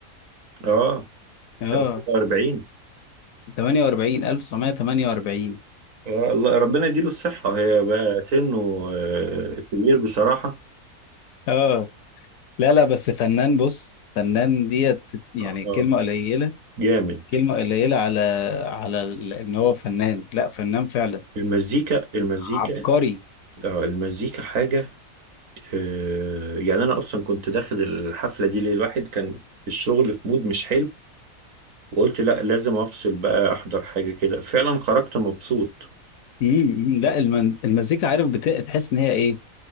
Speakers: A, on the right; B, on the left.
A: اه
B: اه
A: 48
B: 48 1948
A: آه الله ربنا يديله الصحة هي بقى سنه آه كبير بصراحة
B: اه لا لا بس فنان بص فنان ديت يعني
A: آه
B: كلمه قليله
A: جامد
B: كلمة قليلة على على ال- إن هو فنان لا فنان فعلا
A: المزيكا المزيكا
B: عبقري
A: اه المزيكا حاجة آه يعني أنا أصلا كنت داخل الحفلة دي ليه الواحد كان في الشغل في مود مش حلو وقلت لا لازم أفصل بقى أحضر حاجة كده فعلا خرجت مبسوط
B: امم لا المن- المزيكا عارف بت... تحس إن هي إيه